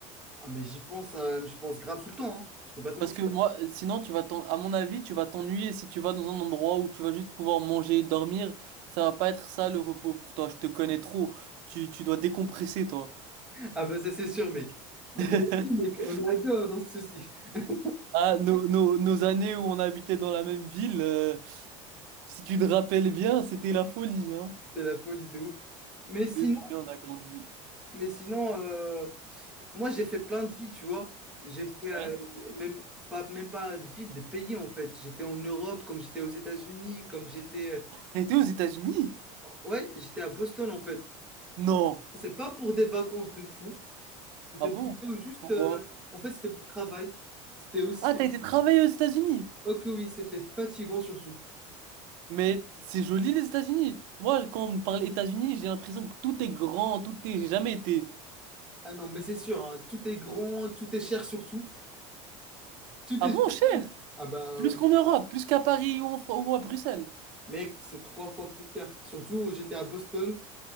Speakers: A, in the centre; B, on the right.
A: Ah mais j'y pense, euh, je pense grave tout le temps, hein. Je peux pas te mentir.
B: Parce que moi, sinon, tu vas t'en... à mon avis, tu vas t'ennuyer si tu vas dans un endroit où tu vas juste pouvoir manger et dormir. Ça va pas être ça le repos pour toi. Je te connais trop. Tu, tu dois décompresser, toi.
A: <laughs> Ah bah ça c'est sûr, mec. Mais
B: <laughs>
A: toi aussi, mec, on aurait deux hein, dans ce souci. <laughs>
B: Ah, nos, nos- nos années où on habitait dans la même ville, euh, si tu te rappelles bien, c'était la folie, hein.
A: C'est la folie de ouf. Mais
B: Depuis,
A: sinon,
B: on a grandi.
A: mais sinon euh, moi j'ai fait plein de villes, tu vois. J'ai fait euh,
B: Ouais.
A: même pas, même pas de villes, des pays en fait. J'étais en Europe, comme j'étais aux États-Unis, comme j'étais.
B: T'as été aux États-Unis?
A: Ouais, j'étais à Boston en fait.
B: Non.
A: C'est pas pour des vacances de fou. C'était
B: Ah bon?
A: plutôt juste.
B: Pourquoi?
A: euh, en fait, c'était pour travail. C'était aussi.
B: Ah, t'as été travailler aux États-Unis?
A: Oh que oui, c'était fatigant surtout.
B: Mais c'est joli les États-Unis. Moi, quand on me parle États-Unis, j'ai l'impression que tout est grand, tout est. J'ai jamais été.
A: Ah non, mais c'est sûr, hein, tout est grand, tout est cher surtout. Tout
B: Ah
A: est.
B: bon, cher?
A: Ah bah,
B: Plus qu'en Europe, plus qu'à Paris ou, en Fran- ou à Bruxelles.
A: mec, c'est trois fois plus cher. Surtout, j'étais à Boston.